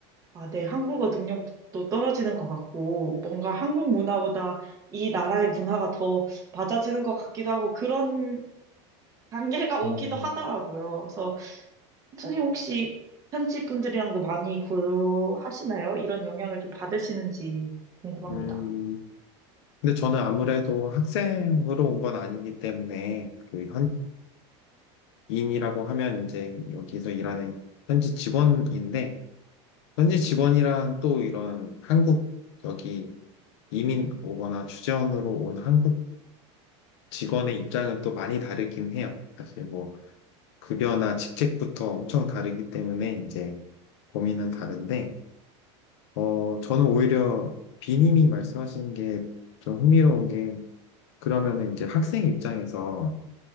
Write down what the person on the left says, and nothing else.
음,
음. 근데 저는 아무래도 학생으로 온 건 아니기 때문에 그 현지인이라고 하면 이제 여기서 일하는 현지 직원인데 현지 직원이랑 또 이런 한국 여기 이민 오거나 주재원으로 온 한국 직원의 입장은 또 많이 다르긴 해요. 사실 뭐 급여나 직책부터 엄청 다르기 때문에 이제 고민은 다른데 어, 저는 오히려 비님이 말씀하신 게 좀 흥미로운 게 그러면은 이제 학생 입장에서